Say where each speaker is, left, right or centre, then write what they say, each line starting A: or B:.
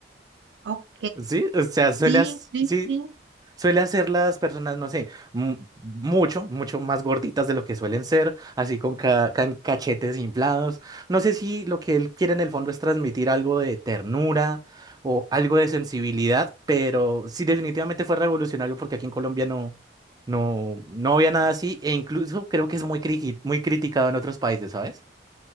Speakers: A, on the right; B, on the right.
A: Ok,
B: ¿sí? O sea, suele,
A: sí,
B: as-
A: sí,
B: sí,
A: sí.
B: Suelen ser las personas, no sé, mu- mucho, mucho más gorditas de lo que suelen ser, así con ca- can- cachetes inflados. No sé si lo que él quiere en el fondo es transmitir algo de ternura o algo de sensibilidad, pero sí definitivamente fue revolucionario porque aquí en Colombia no, no, no había nada así e incluso creo que es muy, criqui- muy criticado en otros países, ¿sabes?